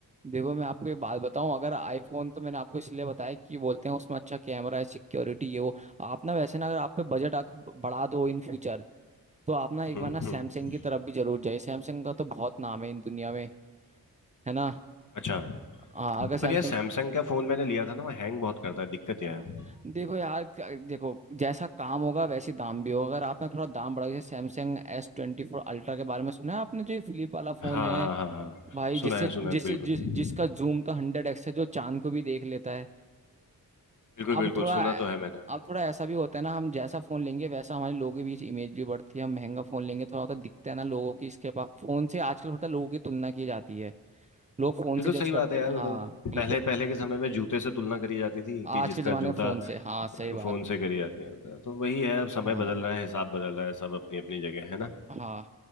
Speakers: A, on the right (about 20°); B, on the left (about 50°).
A: देखो मैं आपको एक बात बताऊं अगर आईफोन तो मैंने आपको इसलिए बताया कि बोलते हैं उसमें अच्छा कैमरा है सिक्योरिटी ये वो आप ना वैसे ना अगर आप पे बजट बढ़ा दो इन फ्यूचर तो आप ना एक
B: हम्म
A: बार ना सैमसंग
B: हम्म
A: की तरफ भी जरूर जाइए सैमसंग का तो बहुत नाम है इन दुनिया में है ना
B: अच्छा
A: हाँ अगर सैमसंग
B: पर यार सैमसंग का फोन मैंने लिया था ना वो हैंग बहुत करता है दिक्कत यह
A: अ,
B: है
A: देखो यार क्या- देखो जैसा काम होगा वैसे दाम भी होगा अगर आपने थोड़ा दाम बढ़ा जैसे सैमसंग एस ट्वेंटी फोर अल्ट्रा के बारे में सुना है आपने जो ये फ्लिप वाला फोन
B: हाँ
A: है
B: हाँ हाँ हाँ
A: भाई जिससे
B: सुना है सुना
A: जिससे
B: है बिल्कुल
A: जिस जिसका जूम तो हंड्रेड एक्स है जो चांद को भी देख लेता है
B: बिल्कुल
A: अब
B: बिल्कुल
A: थोड़ा
B: सुना तो है मैंने
A: अब थोड़ा ऐसा भी होता है ना हम जैसा फोन लेंगे वैसा हमारे लोगों के बीच इमेज भी बढ़ती है हम महंगा फोन लेंगे थोड़ा होता दिखता है ना लोगों की इसके पास फोन से आजकल पता है लोगों की तुलना की जाती है लोग फोन
B: बिल्कुल
A: से जज
B: सही
A: करते
B: बात है यार
A: हैं
B: वो
A: हाँ
B: तो
A: बिल्कुल
B: पहले पहले के समय में जूते से तुलना करी जाती थी कि
A: आज
B: जिसका
A: के जमाने
B: जूता
A: में फोन
B: अ,
A: से हाँ सही बात
B: फोन से करी जाती है तो वही है अब समय
A: हाँ
B: बदल रहा है हिसाब बदल रहा है सब
A: आ,
B: अपनी अपनी जगह है ना
A: हाँ